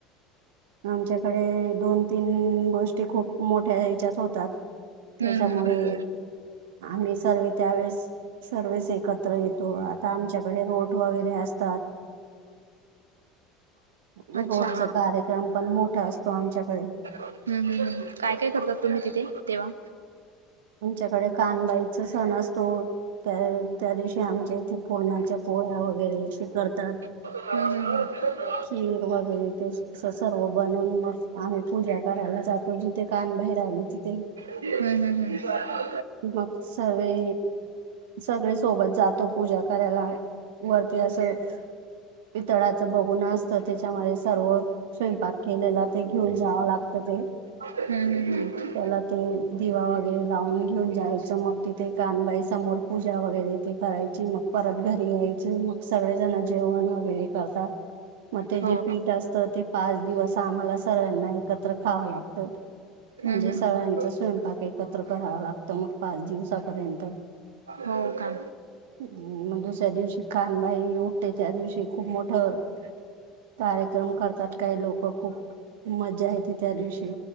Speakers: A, on the right; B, on the right.
A: आमच्याकडे दोन -तीन गोष्टी खूप मोठ्या ह्याच्यात होतात, त्याच्यामुळे
B: हम्म हम्म
A: आम्ही सर्वे त्यावेेळेस सर्वेच एकत्र येतो, आता आमच्याकडे रोट वगैरे असतात. रोटचा
B: अच्छा हा
A: कार्यक्रम पण मोठा असतो आमच्याकडे.
B: हम्म हम्म हम्म काय काय करतात तुम्ही तिथे तेव्हा?
A: आमच्याकडे कानबाईचा सण असतो त्या त्या दिवशी आमच्या इथे पुरणाच्या पोळ्या वगैरे तेे करतात.
B: <inaudible> हम्म
A: खीर वगैरे ते असं असं सर्व बनून मस्त आम्ही पूजा करायला जातो जिथे कानबाई राहिले तिथे.
B: हम्म हम्म हम्म.
A: मग सर्वे सगळे सोबत जातो, पुजा करायला वरती असं. पितळाचं भगोन असत, त्याच्यामध्ये सर्व स्वयंपाक केलेला ते घेऊन जावं लागतं ते
B: हम्म हम्म हम्म
A: त्याला ते दिवा वगैरे लावून घेऊन जायचं मग तिथे कानबाई समोर पूजा वगैरे तेे करायची, मग परत घरी यायचं, मग सगळेजण जेवण वगैरे करतात मग ते
B: हो
A: जे पीठ असतं, ते पाच दिवस आम्हाला सर्वांना एकत्र खाव लागतं. म्हणजे
B: हम्म हम्म
A: सगळ्यांचा
B: हम्म
A: स्वयंपाक एकत्र करावा लाग तो मग पाच दिवसापर्यंत
B: हो का?
A: ह मग दुसऱ्या दिवशी कानबाई उठते, त्या दिवशी खूप मोठं कार्यक्रम करतात काही लोक, खूप मज्जा येते त्या दिवशी.